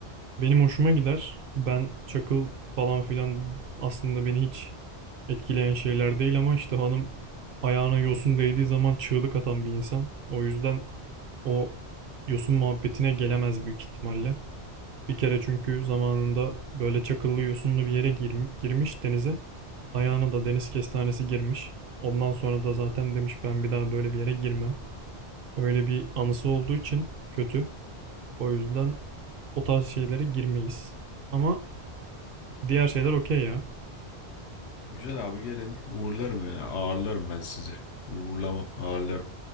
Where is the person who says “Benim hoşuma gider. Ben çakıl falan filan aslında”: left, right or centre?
Right